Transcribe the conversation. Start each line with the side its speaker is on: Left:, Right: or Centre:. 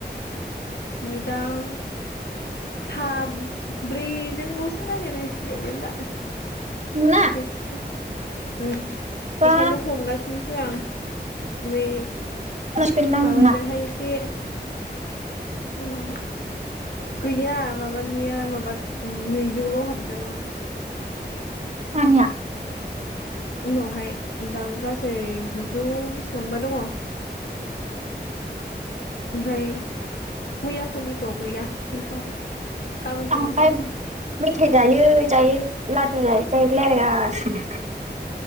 Left: मैदाम साब्रैजोंल'सो रायलायनांसिगौ गैला।
Right: मोना
Left: जोबसिगोन। उम
Right: बा
Left: बेखायनो हमगासिनो होआं बै
Right: मोनसिगोनदां
Left: माबाजोंहाय
Right: नोंना
Left: इसे उनावहाय गैया माबानिया माब बाद नैजौल' हाबदोंमोन।
Right: मानिया?
Left: उनावहाय दा गासै गुजौ बिसिबांबा दङ। ओमफाय मैयाफोरनिखौ गैया मोनथ'वाखै। गाबोनफोर
Right: आमफाय
Left: मोनगोन दां
Right: मेथाइ जायै जायै लादु जायै जायै रायलायगासिनो।